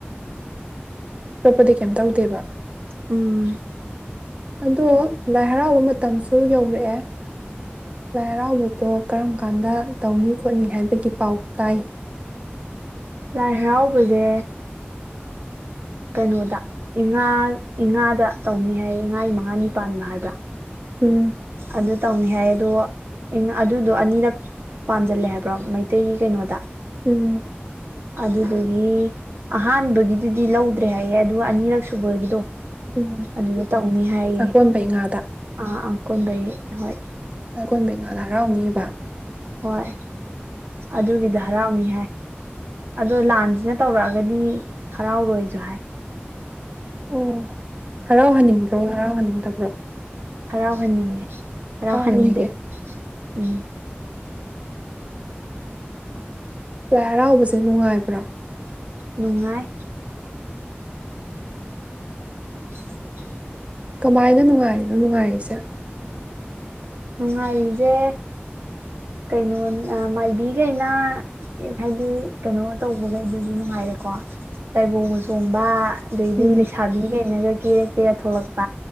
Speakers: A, on the right; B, on the right.
A: ꯑꯇꯣꯞꯄꯗꯤ ꯀꯩꯝ ꯇꯧꯗꯦꯕ
B: ꯎꯝ
A: ꯑꯗꯣ ꯂꯥꯏ ꯍꯔꯥꯎꯕ ꯃꯇꯝꯁꯨ ꯌꯧꯔꯛꯑꯦ ꯂꯥꯏ ꯍꯔꯥꯎꯕꯗꯣ ꯀꯔꯝ ꯀꯥꯟꯗ ꯇꯧꯅꯤ ꯈꯣꯠꯅꯤ ꯍꯥꯏꯕꯒꯤ ꯄꯥꯎ ꯇꯥꯏ
B: ꯂꯥꯏ ꯍꯔꯥꯎꯕꯁꯦ ꯀꯩꯅꯣꯗ ꯏꯉꯥ ꯏꯉꯥꯗ ꯇꯧꯅꯤ ꯍꯥꯏ ꯏꯉꯥ ꯏ ꯃꯉꯥꯅꯤ ꯄꯥꯟꯕ ꯍꯥꯏꯕ꯭ꯔꯥ
A: ꯎꯝ
B: ꯑꯗꯨ ꯇꯧꯅꯤ ꯍꯥꯏ ꯑꯗꯣ ꯑꯗꯨꯗꯣ ꯑꯅꯤꯔꯛ ꯄꯥꯟꯁꯤꯜꯂꯦ ꯍꯥꯏꯕ꯭ꯔꯣ ꯃꯩꯇꯩꯒꯤ ꯀꯩꯅꯣꯗ
A: ꯎꯝ
B: ꯑꯗꯨꯗꯨꯒꯤ ꯑꯍꯥꯟꯕꯒꯤꯗꯨꯗꯤ ꯂꯧꯗ꯭ꯔꯦ ꯍꯥꯏꯌꯦꯦ ꯑꯗꯨꯒ ꯑꯅꯤꯔꯛ ꯁꯨꯕꯒꯤꯗꯣ
A: ꯎꯝ
B: ꯑꯗꯨꯒ ꯇꯧꯅꯤ ꯍꯥꯏꯌꯦ
A: ꯑꯀꯣꯟꯕꯩ ꯉꯥꯗ
B: ꯑ ꯑꯀꯣꯟꯕꯩ ꯍꯣꯏ
A: ꯑꯩ ꯀꯣꯟ ꯕꯦꯡꯒꯥꯜ ꯍꯔꯥꯎ ꯋꯥ
B: ꯍꯣꯏ ꯑꯗꯨꯒꯤꯗ ꯍꯔꯥꯎꯅꯤ ꯑꯗꯣ ꯂꯥꯟꯁꯤꯅ ꯇꯧꯔꯛꯑꯒꯗꯤ ꯍꯔꯥꯎꯔꯣꯏꯁꯨ ꯍꯥꯏ
A: ꯑꯣ ꯍꯔꯥꯎꯍꯟꯅꯤꯡꯕ꯭ꯔꯣ ꯍꯔꯥꯎꯍꯟꯅꯤꯡꯗꯕ꯭ꯔꯣ
B: ꯍꯔꯥꯎꯍꯟꯅꯤꯡꯉꯤ ꯍꯔꯥꯎ
A: ꯍꯔꯥꯎꯍꯟꯅꯤꯡꯉꯦ
B: ꯍꯟꯅꯤꯡꯗ꯭ꯔ ꯎꯝ
A: ꯂꯥꯏ ꯍꯔꯥꯎꯕꯁꯦ ꯅꯨꯡꯉꯥꯏꯕ꯭ꯔꯥ
B: ꯅꯨꯡꯉꯥꯏ <inaudible>
A: ꯀꯃꯥꯏꯅ ꯅꯨꯡꯉꯥꯏꯔꯤꯅꯣ ꯅꯨꯡꯉꯥꯏꯔꯤꯁꯦ
B: ꯅꯨꯡꯉꯥꯏꯔꯤꯁꯦ ꯀꯩꯅꯣ ꯃꯥꯏꯕꯤꯈꯩꯅ ꯍꯥꯏꯗꯤ ꯀꯩꯅꯣ ꯇꯧꯕꯈꯩꯗꯨꯁꯨ ꯅꯨꯡꯉꯥꯏꯔꯦꯀꯣ ꯇꯥꯏꯕꯪꯒ ꯆꯣꯡꯕ ꯑꯗꯩꯗꯤ
A: ꯎꯝ
B: ꯂꯩꯁꯥꯕꯤ ꯀꯩ ꯑꯩꯅꯒ ꯀꯦꯔ ꯀꯦꯔ ꯊꯣꯛꯂꯛ